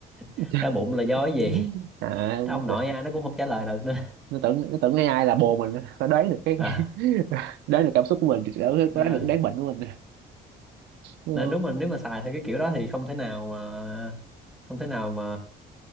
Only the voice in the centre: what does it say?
<laughs>
đau bụng là do cái gì
cái
ông nội
ai nó cũng không trả lời được nữa
à,
à,
nên
đúng mình nếu mà xài theo cái kiểu đó thì không thể nào mà không thể nào mà